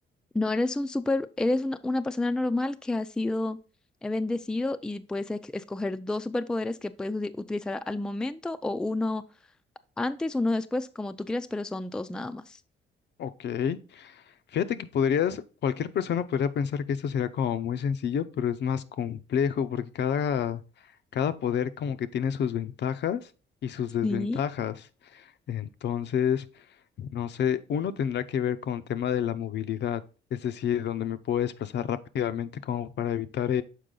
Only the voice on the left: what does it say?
Ok. Fíjate que podrías, cualquier persona podría pensar que esto será como muy sencillo, pero es más complejo porque cada, cada poder como que tiene sus ventajas y sus desventajas.
Entonces, no sé, uno tendrá que ver con el tema de la movilidad, es decir, donde me puedo desplazar rápidamente como para evitar